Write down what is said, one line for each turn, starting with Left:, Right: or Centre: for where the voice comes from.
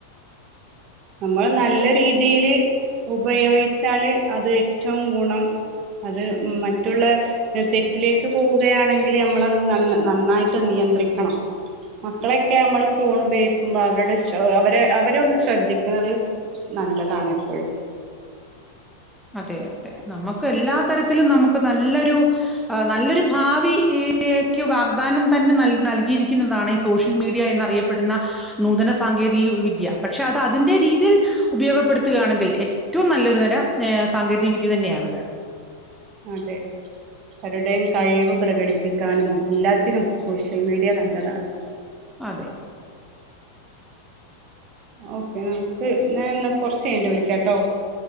Right: നമ്മള് നല്ല രീതിയില് ഉപയോഗിച്ചാല് അത് ഏറ്റവും ഗുണം അത് മറ്റുള്ള തെറ്റിലേക്ക് പോവുകയാണെങ്കിൽ നമ്മളത് ന നന്നായിട്ട് നിയന്ത്രിക്കണം മക്കളൊക്കെ നമ്മള് ഫോണുപയോഗിക്കുമ്പോ അവരുടെ ശൊ അവരെ അവരെ ഒന്ന് ശ്രദ്ധി ുന്നത് നല്ലതാണ് എപ്പോഴും
Centre: അതെ അതെ നമുക്ക് എല്ലാ തരത്തിലും നമുക്ക് നല്ലൊരു നല്ലൊരു ഭാവി ക്ക് വാഗ്ദാനം തന്നെ ന നൽകിയിരിക്കുന്നതാണ് ഈ സോഷ്യൽ മീഡിയ എന്നന്ന്റിയപ്പെടുന്ന നൂതന സാങ്കേതിക വിദ്യ പക്ഷെ അത് അതിന്റെറെ ഇതിൽ ഉപയോഗപ്പെടുത്തുകയാണെങ്കിൽ ഏറ്റവും നല്ലൊരു വര നേ സാങ്കേതികവിദ്യ തന്നെയാണത്
Right: അതെ അവരുടെയും കഴിവ് പ്രകടിപ്പിക്കാനും എല്ലാത്തിനും സോഷ്യൽ മീഡിയ നല്ലതാണ്
Centre: അതെ
Right: ഓക്കെ നമുക്ക് ഞായെന്ന കൊറച്ചഴിഞ്ഞിട്ട് വിളിക്കാട്ടോ